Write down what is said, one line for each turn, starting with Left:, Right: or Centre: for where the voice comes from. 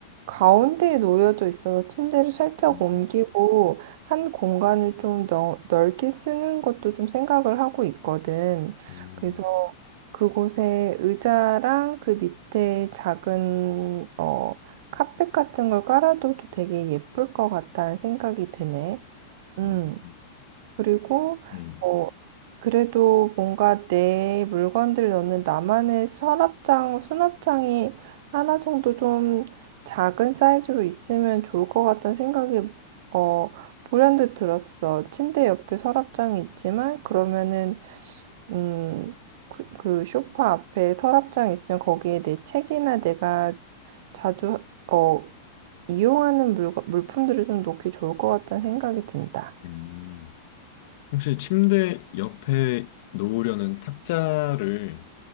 Right: 가운데에 놓여져 있어서 침대를 살짝
Left: 음,
Right: 옮기고 한 공간을 좀 넓, 넓게 쓰는 것도 좀 생각을 하고 있거든.
Left: 음,
Right: 그래서 그곳에 의자랑 그 밑에 작은, 어, 카펫 같은 걸 깔아둬도 되게 예쁠 것 같다는 생각이 드네. 음,
Left: 음,
Right: 그리고,
Left: 음,
Right: 어, 그래도 뭔가 내 물건들 넣는 나만의 서랍장, 수납장이 하나 정도 좀 작은 사이즈로 있으면 좋을 것 같다는 생각이, 어, 불현듯 들었어. 침대 옆에 서랍장이 있지만, 그러면은, 음, 그, 그 소파 앞에 서랍장 있으면 거기에 내 책이나 내가 자주, 어, 이용하는 물건, 물품들을 좀 놓기 좋을 것 같다는 생각이 든다.
Left: 음. 혹시 침대 옆에 놓으려는 탁자를